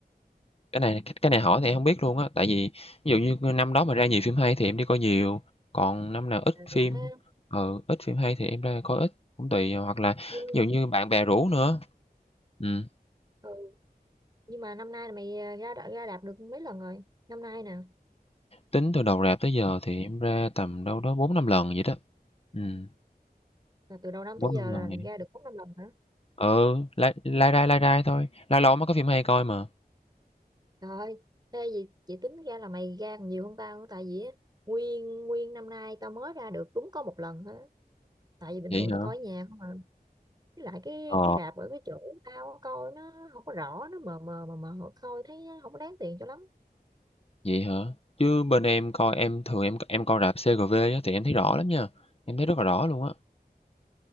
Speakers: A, on the left (about 35°); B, on the right (about 25°).
A: Cái này cái này hỏi thì em hông biết luôn á, tại vì ví dụ như năm đó mà ra nhiều phim hay thì em đi coi nhiều, còn năm nào ít
B: Ừ.
A: phim
B: ha
A: ừ, ít phim hay thì em ra coi ít, cũng tùy, hoặc là
B: như
A: ví dụ như bạn bè rủ nữa. Ừm.
B: ừ. nhưng mà năm nay là mày à, ra ra rạp được mấy lần rồi năm nay nè
A: Tính từ đầu rạp tới giờ thì em ra tầm đâu đó bốn năm lần vậy đó. Ừm,
B: là từ đầu năm
A: 4-5
B: tới giờ là
A: lần vậy.
B: ra được bốn năm lần hả
A: Ừ, lai lai rai, lai rai thôi, lâu lâu mới có phim hay coi mà.
B: trời ơi thế gì chị tính ra là mày ra còn nhiều hơn tao nữa, tại vì á, nguyên nguyên năm nay tao mới ra được đúng có một lần thôi tại vì bình
A: Vậy
B: thường tao
A: hả?
B: coi ở nhà không à với lại cái
A: Ờ,
B: cái rạp ở cái chỗ tao á, coi nó không có rõ nó mờ mờ mờ mờ coi thấy không có đáng tiền cho lắm
A: vậy hả? Chứ bên em coi em thường em em coi rạp CGV á thì em thấy rõ lắm nha, em thấy rất là rõ luôn á.